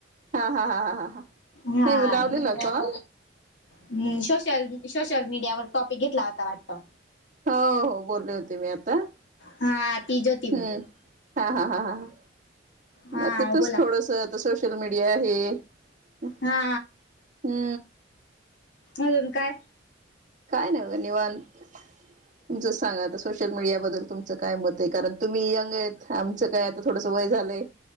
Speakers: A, on the right; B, on the left.
A: हा हा हा हा हा हा
B: हा
A: नाही मी लावलेला कॉल
B: हम् सोशल सोशल मीडियावर टॉपिक घेतला होता वाटतं
A: हो हो बोलली होते मी आता
B: हा तिज होती
A: हम्म
B: मग
A: हा हा हा ह
B: हा
A: मग तिथच
B: बोला
A: थोडस आता सोशल मीडिया आहे हमम
B: हा अजून काय
A: काय नाही बघ निवांत तुमच सांगा सोशल मीडियाबद्लुमचं काय मत कारण तुमही य आमचं काय आता थोडं वय झालंय